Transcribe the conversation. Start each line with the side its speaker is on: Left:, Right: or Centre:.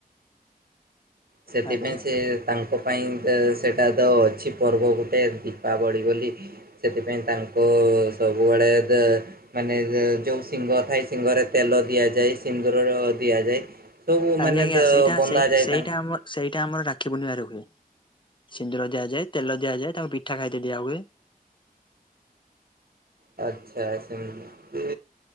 Right: ସେଥିପାଇଁ
Left: ଆଜ୍ଞା
Right: ସେ ତାଙ୍କ ପାଇଁ ତ ସେଇଟା ତ ଅଛି ପର୍ବ ଗୋଟେ ଦୀପାବଳି ବୋଲି ସେଥିପାଇଁ ତାଙ୍କ ସବୁବେଳେ ଯ ମାନେ ଯୋଉ ସିଙ୍ଗ ଥାଏ ସିଙ୍ଗରେ ତେଲ ଦିଆଯାଏ ସିନ୍ଦୁର ଦିଆଯାଏ ସବୁ
Left: ଆଜ୍ଞା
Right: ମାନେ
Left: ଆଜ୍ଞା
Right: ତ
Left: ସେଇଟା
Right: ବନ୍ଧା
Left: ସେଇ
Right: ଯାଏ
Left: ସେଇଟା
Right: ତାଙ୍କୁ
Left: ଆମ ସେଇଟା ଆମର ରାକ୍ଷୀ ପୂର୍ଣ୍ଣିମାରେ ହୁଏ। ସିନ୍ଦୁର ଦିଆଯାଏ ତେଲ ଦିଆଯାଏ ତାଙ୍କୁ ପିଠା ଖାଇଟେ ଦିଆ ହୁଏ।
Right: <unintelligible> ଆଛା ସେମିତି